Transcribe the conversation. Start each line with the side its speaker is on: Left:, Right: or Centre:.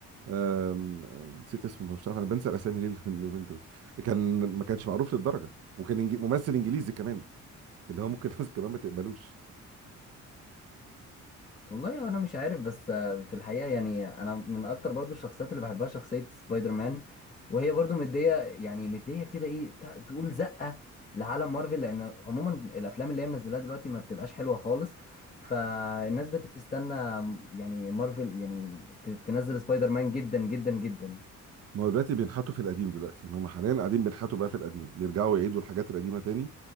Right: أم... أم، نسيت اسمه مش عارف انا بنسى الاسامي ليه <laughs> اليومين دول كان ما كانش معروف للدرجه وكان إنج... ممثل انجليزي كمان اللي هو ممكن ناس كمان ما تقبلوش
Left: والله انا مش عارف بس آه، في الحقيقه يعني انا من اكتر برضو الشخصيات اللي بحبها شخصيه سبايدر مان وهي برضو مديه يعني مديه كده ايه تع- تقول زقه لعالم مارفل لان عموما الافلام اللي هي منزلاها دلوقتي ما بتبقاش حلوه خالص فالناس بتستنى يعني مارفل يعني ت- تنزل سبايدر مان جدا جدا جدا
Right: ما هو دلوقتي بينحتوا في القديم دلوقتي يعني هم حاليا قاعدين بينحتوا بقى في القديم بيرجعوا يعيدوا الحاجات القديمه تاني